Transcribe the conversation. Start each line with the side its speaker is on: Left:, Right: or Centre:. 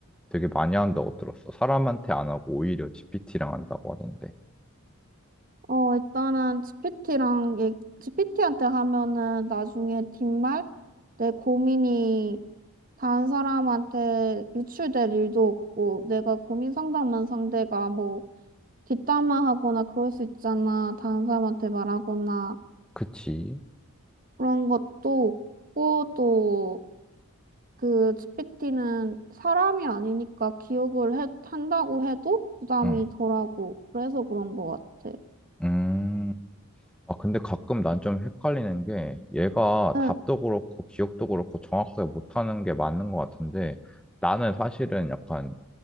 Centre: 되게 많이 한다고 들었어. 사람한테 안 하고 오히려 GPT랑 한다고 하던데.
Right: 어, 일단은 GPT랑, GPT한테 하면은 나중에 뒷말? 내 고민이 다른 사람한테 유출될 일도 없고, 내가 고민 상담한 상대가 뭐 뒷담화하거나 그럴 수 있잖아. 다른 사람한테 말하거나.
Centre: 그치?
Right: 그런 것도 없고 또 그 GPT는 사람이 아니니까 기억을 해- 한다고 해도 부담이
Centre: 응,
Right: 덜하고 그래서 그런 것 같아.
Centre: 음. 아, 근데 가끔 난 좀 헷갈리는 게 얘가
Right: 응,
Centre: 답도 그렇고 기억도 그렇고 정확하게 못하는 게 맞는 것 같은데 나는 사실은 약간